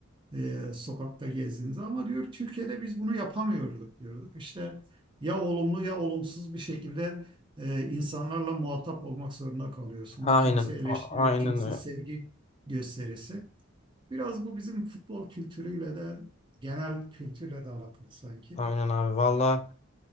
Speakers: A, on the right; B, on the left.
A: e, sokakta gezdiğinizde ama diyor Türkiye'de biz bunu yapamıyorduk diyorduk. İşte ya olumlu ya olumsuz bir şekilde e, insanlarla muhatap olmak zorunda kalıyorsunuz.
B: Aynen.
A: Kimisi eleştiriyor,
B: a- Aynen.
A: kimisi
B: ö-
A: sevgi gösterisi. Biraz bu bizim futbol kültürüyle de genel kültürle de alakalı sanki.
B: Aynen abi. Valla